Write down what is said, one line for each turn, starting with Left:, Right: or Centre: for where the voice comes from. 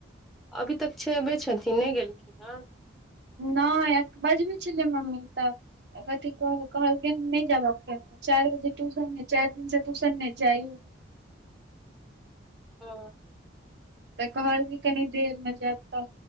Centre: अभी तक छेबे छथिन नहि गेलखिन ह
Right: नहि बजबै छलै मम्मी तऽ अथि कहलखिन हम नहि जायब अखन चार बजे टयूशन य चार दिन से टयूशन नहि जाइ
Centre: ओ
Right: तऽ कहल कनि देर मे जायब तऽ